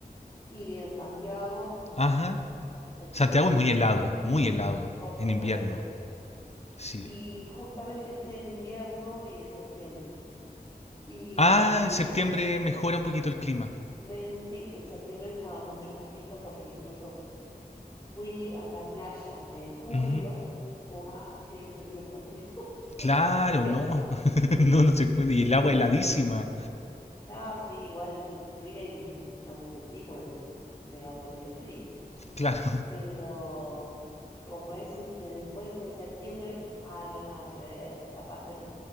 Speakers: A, on the left (about 20°); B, on the left (about 40°).
A: Y en Santiago
B: Ajá.
A: estuve
B: Santiago es muy helado, muy helado,
A: dos
B: en
A: o
B: invierno,
A: tres veces.
B: sí.
A: Y justamente fui en invierno y en septiembre. Y
B: Ah, en septiembre mejora un poquito el clima.
A: men- sí, en septiembre estaba mucho más lindo porque incluso fui a la playa en julio.
B: Ujú.
A: ¡Oh, ah, qué frío, por Dios! <laughs>
B: Claro,
A: Voy a-
B: no, <laughs> no, no se puede. Y
A: Tremendo.
B: el agua heladísima,
A: Nada, sí, igual fui y no me metí porque me iba a morir de frío.
B: claro,
A: pero como es este después en septiembre, ah, no, nada que ver, la parte